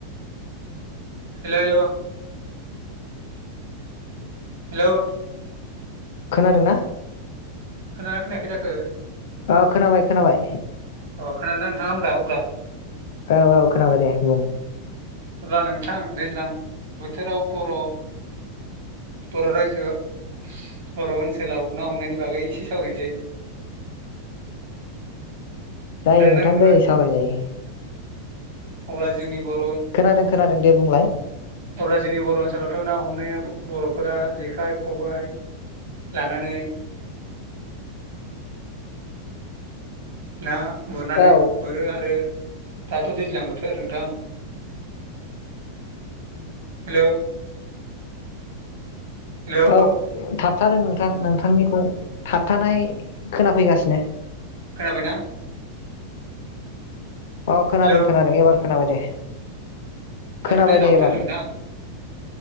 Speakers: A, on the right (about 60°); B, on the left (about 55°).
A: Hello hello. हेलौ।
B: खोनादों ना?
A: खोनागोना खोनायाखै जाखो?
B: अ खोनाबाय खोनाबाय।
A: अ खोनादों ना नोंथाङा होमब्ला अब्ला?
B: औ औ खोनाबाय दे बुं।
A: अब्ला नोंथां दैज्लां बोथोराव बर' बर' रायजो बर' ओनसोलाव ना हमनायनि बागै एसे सावरायनोसै।
B: जायो
A: खोनादोंना
B: नोंथां
A: नोंथाङा
B: जायो सावराय जायो।
A: अब्ला जोंनि ब
B: खोनादों खोनादों दे बुंलाय।
A: अब्ला जोंनि बर' ओनसोलावथ' ना हमनाया बर'फोरा जेखाइ खबाय लानानै <inaudible> ना गुरनानै
B: औ
A: गुरो आरो दाथ' दैज्लां बोथोर नोंथां <inaudible> हेलौ। हेलौ
B: औ थाब थाबथादों नोंथां नोंथांनिखौ थाबथानाय खोनाफैगासिनो।
A: खोनाबायना?
B: औ खोनादों
A: हेलौ
B: खोनादों एबार खोनाबाय दे
A: दाथ'
B: खोनाबाय
A: दैज्लां
B: दे
A: मोनथाय
B: एबार
A: नोंथां